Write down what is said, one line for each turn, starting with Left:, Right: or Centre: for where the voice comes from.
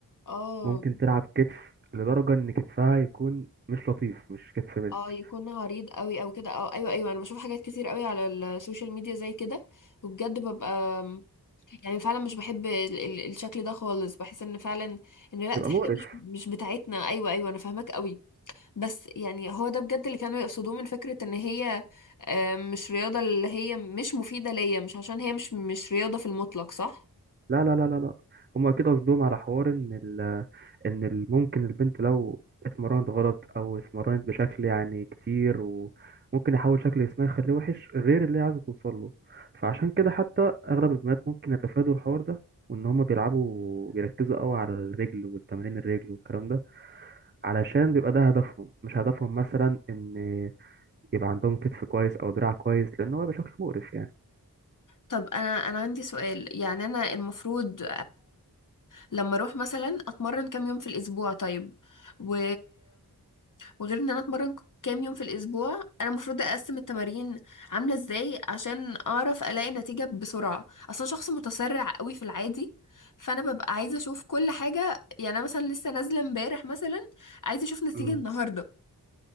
Left: اه
Right: ممكن تلعب كتف لدرجة إن كتفها يكون مش لطيف مش كتف بنت
Left: اه يكون عريض قوي او كده اه ايوه ايوه انا بشوف حاجات كتير قوي على السوشيال ميديا زي كده وبجد ببقى يعني فعلا مش بحب ال- ال- الشكل ده خالص بحس ان فعلا ان لا
Right: يبقى
Left: دي حاجه
Right: مقرف
Left: مش مش بتاعتنا ايوه ايوه انا فاهماك قوي بس يعني هو ده بجد اللي كانوا يقصدوه من فكره ان هي آه، مش رياضه اللي هي مش مفيده ليا مش عشان هي مش مش رياضه في المطلق صح
Right: لا لا لا لا لا هما كده قصدهم على حوار ان ال ان ال- ممكن البنت لو اتمرنت غلط او اتمرنت بشكل يعني كتير وممكن يحول شكل جسمها يخليه وحش غير اللي هي عايزه توصل له فعشان كده حتى اغلب البنات ممكن يتفادوا الحوار ده وان هما بيلعبوا بيركزوا قوي على الرجل والتمرين الرجل والكلام ده علشان بيبقى ده هدفهم مش هدفهم مثلا ان يبقى عندهم كتف كويس او دراع كويس لان هو بيبقى شكله مقرف
Left: طب انا انا عندي سؤال يعني انا المفروض لما اروح مثلا اتمرن كام يوم في الاسبوع طيب و... وغير ان انا اتمرن كام يوم في الاسبوع انا المفروض اقسم التمارين عامله ازاي عشان اعرف الاقي نتيجه بسرعه اصلا شخص متسرع قوي في العادي فانا ببقى عايزه اشوف كل حاجه يعني انا مثلا لسه نازله امبارح مثلا عايزه اشوف نتيجه
Right: يعني
Left: النهارده